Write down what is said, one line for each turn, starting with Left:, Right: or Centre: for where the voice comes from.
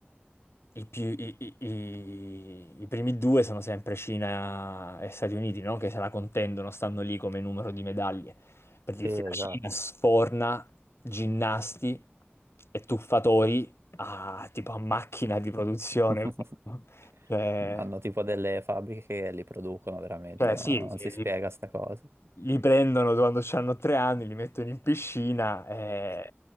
Left: i, più- i- i- i- i primi due sono sempre Cina e Stati Uniti, no? Che se la contendono, stanno lì come numero di medaglie. Per dirti,
Right: Sì, esatto.
Left: la Cina sforna ginnasti e tuffatori a, tipo a macchina di produzione.
Right: <laughs>
Left: no? Cioè,
Right: Hanno tipo delle fabbriche che li producono veramente,
Left: cioè,
Right: no?
Left: sì,
Right: Non
Left: sì,
Right: si spiega
Left: sì.
Right: sta cosa.
Left: Li prendono quando hanno tre anni, li mettono in piscina e,